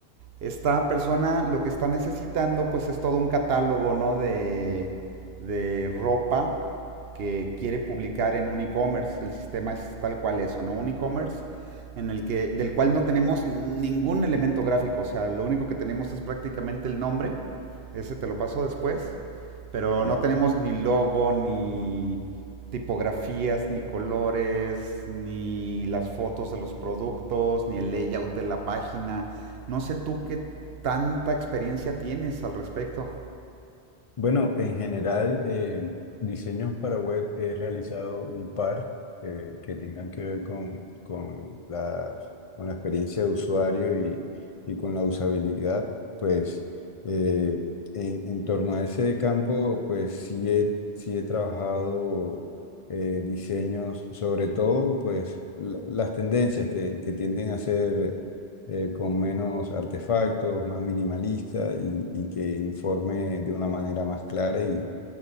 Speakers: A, on the right; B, on the left.
A: esta persona lo que está necesitando pues es todo un catálogo, ¿no? De, de ropa que quiere publicar en un e-commerce. El sistema es tal cual eso, ¿no? Un e-commerce en el que, del cual no tenemos ningún elemento gráfico. O sea, lo único que tenemos es prácticamente el nombre. Ese te lo paso después. Pero
B: Sí.
A: no tenemos ni logo, ni tipografías, ni colores, ni las fotos de los productos, ni el layout de la página. No sé tú qué tanta experiencia tienes al respecto.
B: Bueno, en general, eh, diseños para web he realizado un par eh, que tengan que ver con, con la, con la experiencia de usuario y, y con la usabilidad. Pues eh, en, en torno a ese campo, pues sí he, sí he trabajado eh, diseños, sobre todo pues la- las tendencias que, que tienden a ser eh, con menos artefactos, más minimalista y, y que informe de una manera más clara y,